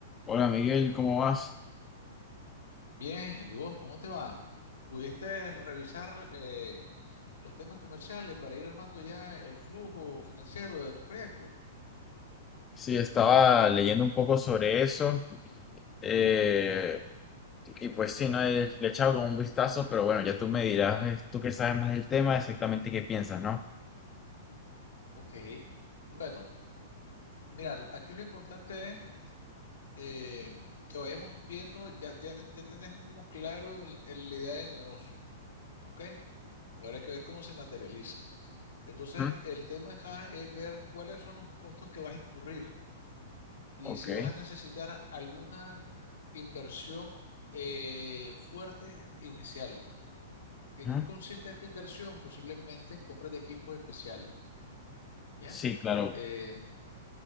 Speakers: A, on the left; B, on the left.
A: Hola Miguel, ¿cómo vas?
B: Bien, ¿y vos cómo te va? ¿Pudiste revisar eh, los temas comerciales para ir armando ya el flujo financiero de tu proyecto?
A: Sí, estaba leyendo un poco sobre eso eh, y pues sí, no he- le he echado como un vistazo, pero bueno, ya tú me dirás, eh, tú que sabes más del tema, exactamente qué piensas, ¿no?
B: Ok, Bueno, mira, aquí lo importante es eh, que vayamos viendo, ya, ya, ya tenemos claro el- el- la idea de negocio, ¿ok? Ahora hay que ver cómo se materializa. Entonces,
A: Ujú.
B: el tema acá es ver cuáles son los costos que vas a incurrir. Y
A: Ok.
B: si vas a necesitar alguna inversión eh, fuerte inicial, ¿en
A: Ujú.
B: qué consiste esta inversión? Posiblemente en compras de equipos especiales, ¿ya?
A: Sí, claro.
B: Eh,